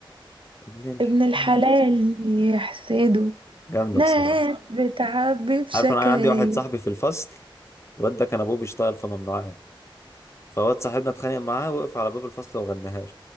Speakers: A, on the left; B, on the right.
A: ابن الحرام
B: ابن الحلال يحسده
A: جامده
B: ناس
A: بصراحه
B: بتعبي بشكايا
A: عارف انا عندي واحد صاحبي في الفصل الواد ده كان ابوه بيشتغل في ممنوعات فواد صاحبنا اتخانق معاه وقف على باب الفصل وغناها